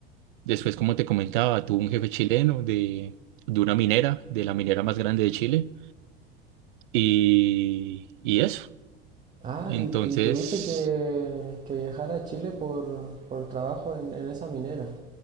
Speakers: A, on the right; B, on the right.
A: Después, como te comentaba, tuve un jefe chileno de, de una minera, de la minera más grande de Chile. Y, y eso.
B: Ah,
A: Entonces...
B: y, y tuviste que, que viajar a Chile por, por trabajo en, en esa minera.